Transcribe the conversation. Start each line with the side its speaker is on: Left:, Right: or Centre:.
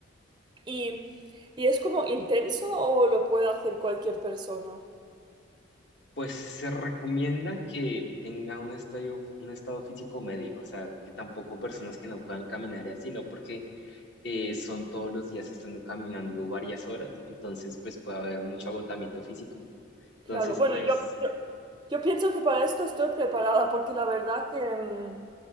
Right: ¿Y, y es como intenso o lo puede hacer cualquier persona?
Left: Pues se recomienda que tenga un estadio, un estado físico medio, o sea, que tampoco personas que no puedan caminar y así, no porque eh, son todos los días estando caminando varias horas, entonces pues puede haber mucho agotamiento físico. Entonces,
Right: Claro, bueno,
Left: pues
Right: yo, yo, yo pienso que para esto estoy preparada porque la verdad que, mm,